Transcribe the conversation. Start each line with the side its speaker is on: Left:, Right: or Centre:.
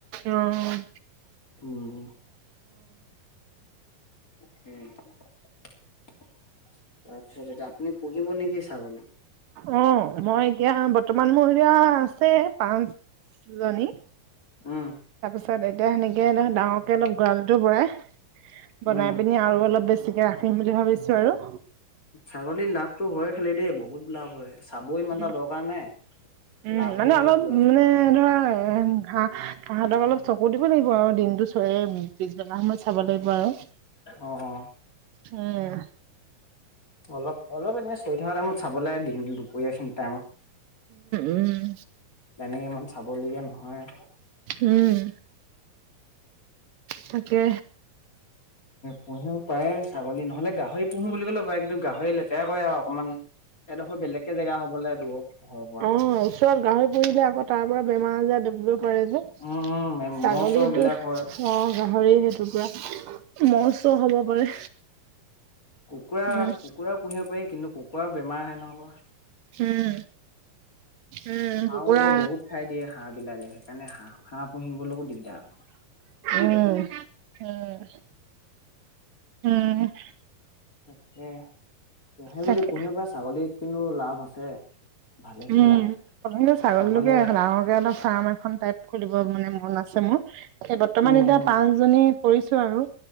Right: অ',
Left: <unintelligible> উম। উম তাৰপিছত এতিয়া আপুনি পুহিব নেকি ছাগলী?
Right: অ'। মই এতিয়া বৰ্তমান মোৰ এতিয়া- আছে পাঁচ জনী।
Left: উম।
Right: তাৰপিছত এতিয়া সেনেকে ধৰক ডাঙৰকে অলপ গঁৰাল টো বঢ়াই- বনাই
Left: উম
Right: পিনি আৰু অলপ - বেছিকে ৰাখিম বুলি ভাবিছো আৰু।
Left: ছাগলীৰ লাভটো হয় খালি দেই বহুত লাভ হয়। চাবও ইমান
Right: উম
Left: এটা দৰকাৰ নাই।
Right: উম'
Left: লাভো
Right: অলপ
Left: হয়
Right: ধৰ
Left: পুৰা
Right: মানে ধৰা- এ' ঘাঁহ, ঘাহতো অলপ- চকু দিব লাগিব আৰু। দিনতটো চয়ে পিছবেলা সময়ত চাব লাগিব আৰু।
Left: অ অ
Right: উম '
Left: অলপ, অলপ এনেই চাব লাগে চিঞৰি থকা টাইমত চাবলৈ লাগে দুপৰীয়া খিনি টাইমত।
Right: উম
Left: তেনেকে ইমান চাবলগীয়া নহয়।
Right: উম উম তাকে
Left: পুহিবও পাৰে ছাগলী নহলে গাহৰি পুহো বুলি কলে পায়ে। কিন্তু- গাহৰি লেতেৰা কৰে। আৰু অকমান এডখৰ বেলেগকে জেগা হ'ব লাগে দূৰত ঘৰৰ পৰা।
Right: অ ওচৰত গাহৰি পুহিলে আকৌ তাৰ পৰা বেমাৰ- আজাৰ- কৰে যে।
Left: উম
Right: ছাগলীটো
Left: মহ চহ বিলাক হয়।
Right: অঁ গাহৰি সেইটো পৰা ম'হ-চ'হ হব পাৰে।
Left: কুকুৰা
Right: উম।
Left: কুকুৰা পুহিব পাৰি। কিন্তু কুকুৰা- বেমাৰ আহে ন'ক
Right: উম উম
Left: হাঁহও
Right: কুকুৰা
Left: ক বহুত খাই দিয়ে হাঁহ বিলাকে সেইকাৰণে হাঁহ, হাঁহ পুহিবলৈকো দিগদাৰ আৰু।
Right: উম উম। উম। <unintelligible>
Left: তাকে পুহে
Right: তাকে
Left: যদি পুহিব পাৰা। ছাগলীত কিন্তু লাভ আছে ভালে খিনি
Right: উম
Left: লাভ আছে
Right: প্ৰথমতে ছাগলীটোকে
Left: নহ'লে
Right: ডাঙৰকে অলপ ফাৰ্ম এখন টাইপ খুলিব মানে মন আছে মোৰ সে বৰ্তমান
Left: উম
Right: এতিয়া
Left: উম
Right: পাঁচজনী কৰিছো আৰু